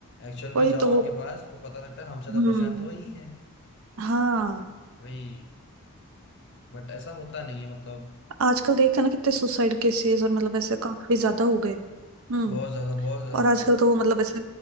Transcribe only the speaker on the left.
एक्चुअल में
जाओ
उनके पास तो पता लगता है हम ज्यादा
परेशान तो वही है
वही बट ऐसा होता नहीं है मतलब
बहुत ज्यादा बहुत ज्यादा